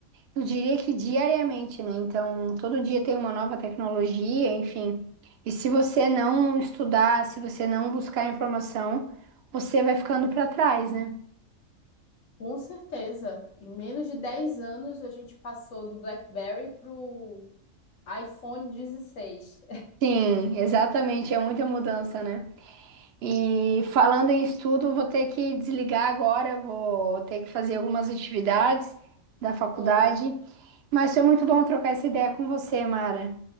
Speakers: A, on the right; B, on the left.
A: eu diria que diariamente, né? Então, todo dia tem uma nova tecnologia, enfim. E se você não estudar, se você não buscar informação, você vai ficando para trás, né?
B: Com certeza. Em menos de 10 anos, a gente passou do BlackBerry pro iPhone dezesseis
A: Sim, exatamente, é muita mudança, né? E falando em estudo, vou ter que desligar agora, vou ter que fazer algumas atividades da faculdade.
B: <laughs> Oh,
A: Mas foi muito bom trocar essa ideia com você, Mara.